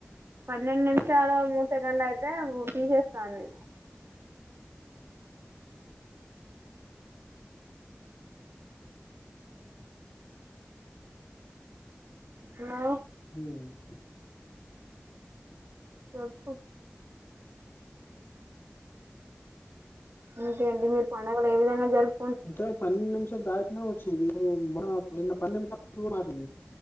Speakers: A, on the right; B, on the left.
A: పన్నెండు నిమిషాలు మూడు సెకండ్లు అయితే తీసేస్తాంది హలో
B: హ్మ్
A: చెప్పు ఇంకేంటి మీరు పండుగలు ఏ విధంగా జరుపు
B: ఇంత పెది నిమిష దాట్న <inaudible> నిమిషాలు మారి